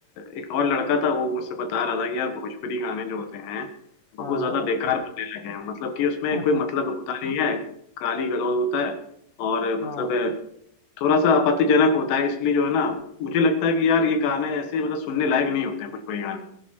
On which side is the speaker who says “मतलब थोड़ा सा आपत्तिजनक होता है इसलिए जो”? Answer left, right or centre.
Left